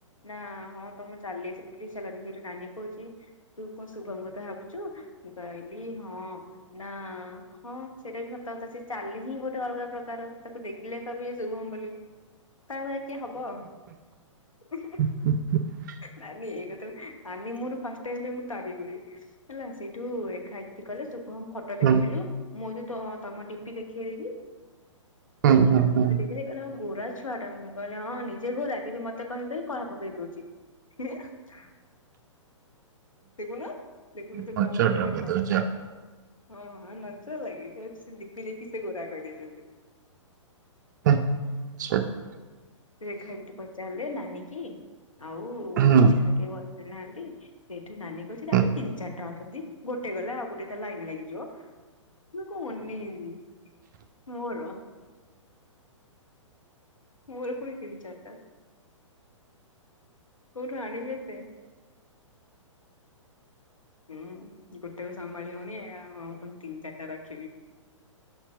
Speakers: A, on the left (about 85°); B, on the right (about 35°).
A: ନା ହଁ ତମେ ଚାଲି ସେମିତି ହେ ଚାଲନି ସେଇଠି ନାନୀ କହୁଛି ତୁ କଣ ଶୁଭମ୍ କଥା ଭାବୁଛୁ ଚୁ ମୁଁ କହିଲି ହଁ ନା ହଁ ସେଇଟା ବି ସତା କଥା ସେ ଚାଲି ହିଁ ଗୋଟେ ଅଲଗା ପ୍ରକାର ତାକୁ ଦେଖିଲେ କହିବୁ ଇଏ ଶୁଭମ୍ ବୋଲି। ତା ଭଳିଆ କିଏ ହବ ହୁଁ ହୁଁ।
B: <inaudible>
A: ନାନୀ ଏଇଟାତ ନାନୀ ମୋର ଫାଷ୍ଟ୍ ଟାଇମ୍ ପାଇଁ ମୁଁ ତାରି ହୁଏ ହେଲା ସେଇଠୁ ଏଖାଏ ସି କହିଲେ ଶୁଭମ ଫଟୋ
B: ହୁଁ
A: ଦେଖେଇଲୁ ମୁଁ ତ ତ ତମ ଡି ପି ଦେଖେଇଲି।
B: ହୁଁ ହୁଁ ହୁଁ।
A: କହିଲି ହଁ ଗୋରା ଛୁଆ ଟା ମୁଁ କହିଲି ହଁ ନିଜେ ଗୋରା କିନ୍ତୁ ମତେ କହି କହି କଳା ପକେଇ ଦଉଛି। <unintelligible> ଦେଖୁନ ଦେଖୁନ ସେ
B: ହଜାର
A: କଣ ହୋଉଛି ଦେଖ।
B: ଟଙ୍କା ଦଉଚି ଆଉ।
A: ହଁ ହଁ ନଜର ଲାଗିଯାଉଚି ସେ ଡିପି ଦେଖିକି ସେ ଗୋରା କରିଦେଇଛନ୍ତି।
B: ଆଚ୍ଛା ହୁଁ ହୁଁ। ହୁଁ, ହୁଁ,
A: ରେଖା ଦିଦୀ ପଚାରିଲେ ନାନୀ କି ଆଉ
B: ହୁଁ, ହୁଁ, ହୁଁ, ହୁଁ, ହୁଁ, ହୁଁ, ହୁଁ,
A: ବର୍ଷାରେ କେଉ ଆସି ନାହାନ୍ତି। ସେଇଠୁ ନାନୀ କହିଛି
B: ହୁଁ,
A: ତାରବା ତିନି ଚାରଟା ଅଛନ୍ତି ଗୋଟେ ଗଲେ ଆଉ ଗୋଟେ ତା ଲାଇନ୍ ଲାଗିଯିବ। ମୁ କୁ ଅନେଇଚି ମୋର। ମୋର ପୁଣି ତିନି ଚାରିଟା କୋଉଠୁ ଆଣିିବି ଏତେ? ହୁଁ ଗୋଟେକୁ ସମ୍ଭାଳିିହଉନି ଆଉ ପୁଣି ତିନି ଚାରିଟା ରଖିବି।